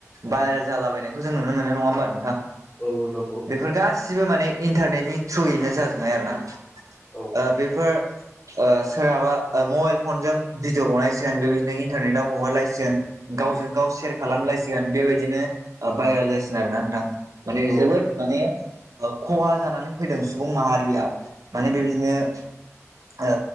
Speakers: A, on the right; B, on the left.
A: बायेरेल जालाबायनायखौ जों नुनो मोनो नङा होमबा नोंथां? बेफोर
B: औ नंगौ
A: गासिबो माने इन्टारनेटनि थ्रुयैनो जाजोबबाय आरोना?
B: औ
A: ओ बेफोर ओ सोरहाबा ओ मबाइल फनजों भिडिअ बनायसिगोन बेबायदिनो इन्टारनेटव हगारलायसिगोन गावजों गाव सेयार खालामलायसिगोन बेबायदिनो ओ भाइरेल जासिगोन आरोना नोंथां माने
B: औ
A: जोबोद माने ओ खहा जानानै फैदों सुबुं माहारियाव माने बेबायदिनो ओ